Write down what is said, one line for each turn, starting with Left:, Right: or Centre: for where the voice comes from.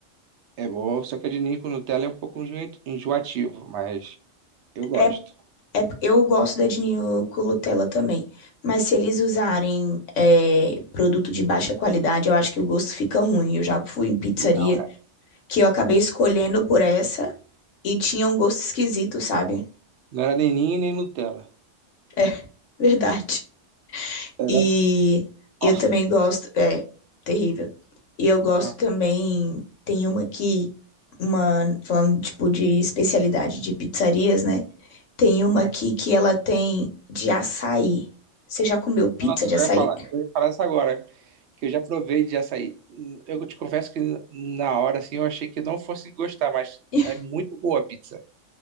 Right: é bom, só que o de ninho com Nutella é um pouco enjoa- enjoativo, mas eu gosto.
Left: É, é, eu gosto da de ninho com Nutella também. Mas se eles usarem é, produto de baixa qualidade, eu acho que o gosto fica ruim. Eu já fui em pizzaria
Right: Não, é.
Left: que eu acabei escolhendo por essa e tinha um gosto esquisito, sabe?
Right: Não era nem ninho nem Nutella.
Left: É <laughs> verdade.
Right: Era.
Left: E
Right: <laughs>
Left: eu também gosto. É, terrível. E eu gosto
Right: Ah,
Left: também. Tem uma aqui, uma, falando tipo de especialidade de pizzarias, né? Tem uma
Right: ah.
Left: aqui que ela tem de açaí. Você já comeu pizza
Right: Nossa,
Left: de açaí?
Right: eu ia falar, eu ia falar isso agora, que eu já provei de açaí. Eu te confesso que na hora, assim, eu achei que não fosse gostar, mas
Left: <laughs>
Right: é muito boa a pizza.